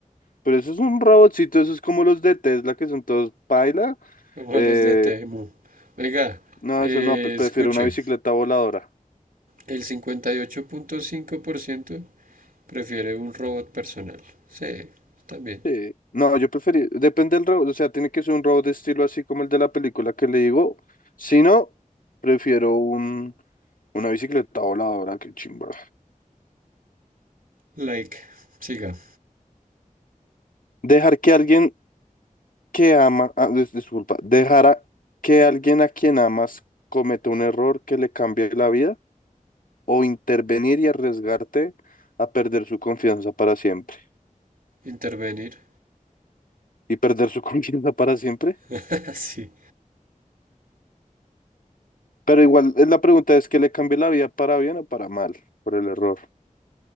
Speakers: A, on the left (about 75°); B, on the right (about 85°).
A: Pero eso es un robotcito, eso es como los de Tesla que son todos paila.
B: como
A: eh,
B: los de Temu. Oiga,
A: no,
B: eh,
A: eso no, pues
B: escuche,
A: prefiero una bicicleta voladora.
B: el cincuenta y ocho punto cinco por ciento prefiere un robot personal. Sí, está bien.
A: Sí. No, yo preferí, depende del robot, o sea, tiene que ser un robot de estilo así como el de la película que le digo. Si no, prefiero un... Una bicicleta voladora, qué chimba.
B: Like, siga.
A: Dejar que alguien que ama, ah, dis- disculpa, dejar a- que alguien a quien amas cometa un error que le cambie la vida o intervenir y arriesgarte a perder su confianza para siempre.
B: Intervenir.
A: Y perder su <laughs> confianza para siempre.
B: <laughs> sí,
A: Pero igual, eh, la pregunta es que le cambie la vida para bien o para mal por el error.